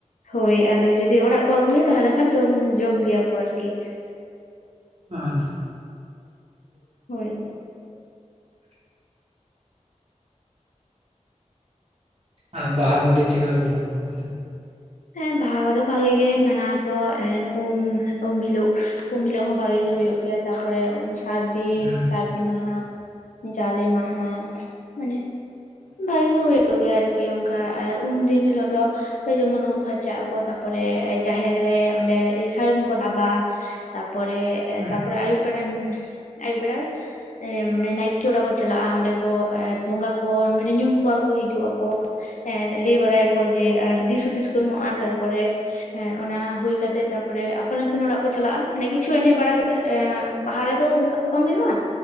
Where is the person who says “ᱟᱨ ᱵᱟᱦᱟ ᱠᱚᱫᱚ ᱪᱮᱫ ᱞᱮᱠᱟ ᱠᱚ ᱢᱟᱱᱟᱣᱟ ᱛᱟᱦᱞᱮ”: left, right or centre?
Right